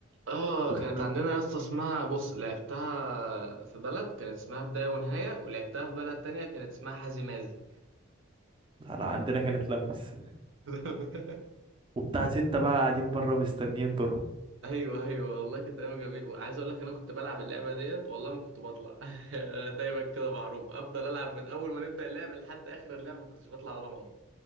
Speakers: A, on the right (about 70°); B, on the right (about 25°).
A: اه
B: وطبعا
A: كانت عندنا يا اسطى اسمها بص لعبتها في بلد كانت اسمها بداية ونهاية ولعبتها في بلد تانية كانت اسمها حازي مازي
B: على عندنا كانت لمس
A: <laughs>
B: وبتاع ستة بقى قاعدين بره مستنيين دورهم
A: ايوه ايوه والله كانت ايام جميله عايز اقول لك إن انا كنت بلعب اللعبه ديت والله ما كنت بطلع <laughs> دايما كده معروف افضل العب من اول ما نبدا اللعب لحد اخر اللعب ما كنتش بطلع ولا مره